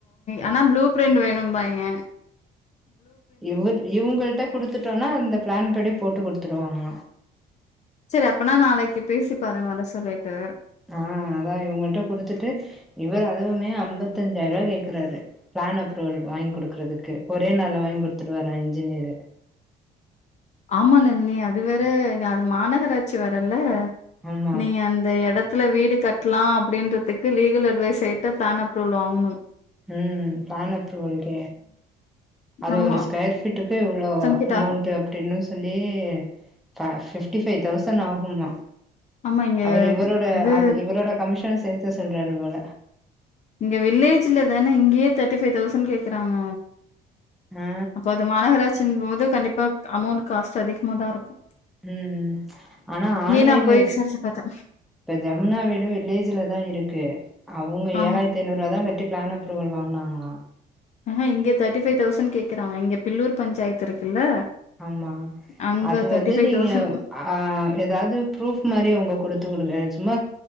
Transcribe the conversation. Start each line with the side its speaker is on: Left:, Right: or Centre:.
Left: ஆனா ப்ளூ பிரிண்ட் வேணும்பாங் க
Centre: இவு இவங்கள்ட்ட குடுத்துட்டோனா அந்த பிளான் படி போட்டு குடுத்துருவாங்க
Left: சரி அப்பனா நாளைக்கு பேசி பாருங்க வர சொல்லிட்டு
Centre: ஆ அதா இவங்கள்ட்ட குடுத்துட்டு இவரு அதுவுமே அம்பத்தாஞ்சாயிரூபா கேக்கறாரு பிளான் அப்ரூவல் வாங்கி குடுக்குறதுக்கு ஒரே நாள்ல வாங்கி குடுத்துருவாரா இன்ஜினியரு
Left: ஆமாங் அண்ணி அது வேற அது மாநகராட்சி வேற இல்ல
Centre: ஆமா
Left: நீங்க அந்த எடத்துல வீடு கட் டலா அப்டின்றதுக்கு லீகல் அட்வைஸர்கிட்ட பிளான் அப்ரூவல் வாங்கணு
Centre: ம் பிளான் அப்ரூவல்க்கே அது
Left: ஆமா.
Centre: ஒரு ஸ்கொயர் ஃபீட்டுக்கு இவ்ளோ
Left: கிட்ட
Centre: அமௌண்ட்டு
Left: ஆகும்.
Centre: அப்டின்னு சொல்லி பா ஃபிப்டி ஃபைவ் தௌசண்ட் ஆகுமா
Left: ஆமா இங்க
Centre: அவரு இவரோட
Left: இது
Centre: அது இவரோட கமிஷ த சேத்து சொல்றாரு போல
Left: இங்க வில்லேஜில தான இங்கேயே தேட்டி ஃபைவ் தௌசண்ட் கேக்கறாங்க
Centre: ஆ
Left: அப்போ அது மாநகராட்சின் போது கண்டிப்பா அமௌண்ட் காஸ்ட் அதிகமா தா இருக்கு
Centre: உம் உம் ஆனா ஆன்லைன்ல
Left: நா போய்
Centre: இப்ப
Left: விசாரிச்சு பாத்தே
Centre: ஜமுனா வீடு வில்லேஜ்ல தா இருக்கு அவுங்க
Left: ஆ
Centre: ஏழாயிரத்தி ஐநூறுவா தா கட்டி பிளான் அப்ரூவல் வாங்குனாங்ளா
Left: ஆன இங்க தேட்டி ஃபைவ் தௌசண்ட் கேக்குறாங்க இங்க பில்லூர் பஞ்சத்து இருக்குல்ல
Centre: ஆமா
Left: அங்க
Centre: அது
Left: தேர்ட்டி
Centre: வந்து
Left: ஃபைவ்
Centre: நீங்க
Left: தௌசண்ட்
Centre: ஆ ஏதாவது ஃப்ரூப் மாரி அவுங்க குடுத்துவுடுங்க சும்மா